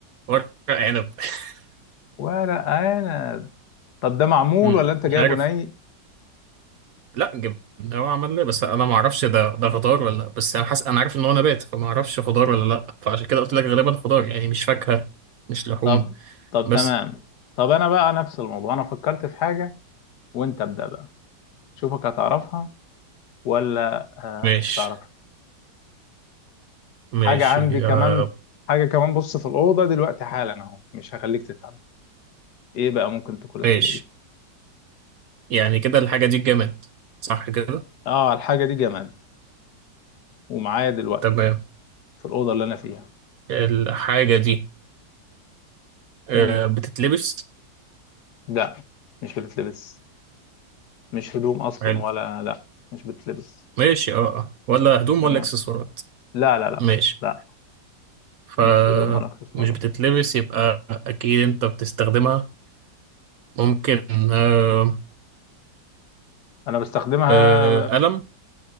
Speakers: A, on the right; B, on the left.
A: ورق عنب <laughs>
B: ولا أنا طب ده معمول
A: مم،
B: ولا انت جايبه
A: مش عارف
B: ني
A: لا جبنة هو عمل ليه بس أنا ما أعرفش ده ده خضار ولا لأ بس أنا حاسس أنا عارف إن هو نبات فما أعرفش خضار ولا لأ فعشان كده قلت لك غالبا خضار يعني مش فاكهة مش لحوم
B: طب طب
A: بس
B: تمام طب انا بقى نفس الموضوع انا فكرت في حاجة وانت ابدأ بقى شوفك هتعرفها ولا
A: ماشي
B: آه مش هتعرفها
A: ماشي
B: حاجة عندي كمان
A: آه
B: حاجة كمان بص في الأوضة دلوقتي حالا اهو مش هخليك تتعب ايه بقى ممكن تكون الحاجة
A: ماشي
B: دي
A: يعني كده الحاجة دي جماد صح كده
B: اه الحاجة دي جماد ومعايا دلوقتي
A: تمام
B: في الأوضة اللي أنا فيها
A: الحاجة دي آه،
B: مم.
A: بتتلبس
B: لا مش بتتلبس مش هدوم أصلا
A: حلو
B: ولا لا مش بتتلبس
A: ماشي اه اه ولا هدوم
B: تمام
A: ولا اكسسوارات
B: لا لا لا
A: ماشي
B: لا
A: ف
B: مش هدوم ولا اكسسوارات
A: مش بتتلبس يبقى اكيد انت بتستخدمها ممكن آه،
B: انا بستخدمها
A: آه، قلم